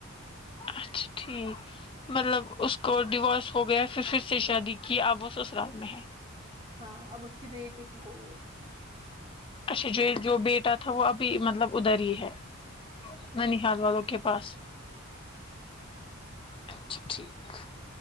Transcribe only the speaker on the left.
اچھا ٹھیک مطلب اس کو ڈیورس ہو گیا پھر پھر سے شادی کی اب وہ سسرال میں ہے
اچھا جو جو بیٹا تھا وہ ابھی مطلب ادھر ہی ہے نانیال والوں کے پاس اچھا ٹھیک